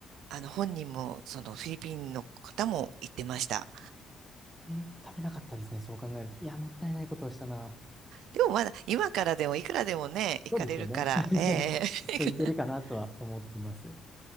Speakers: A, on the right; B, in the centre.
A: あの、本人も、その、フィリピンの方も言ってました。
B: ね、食べなかったですね、そう考えると。いや、もったいないことをしたな。
A: でもまだ、今からでも、いくらでもね、行かれるから、
B: そうですよね。<laughs>
A: ええ
B: きっといけるかなとは思ってます。
A: <laughs>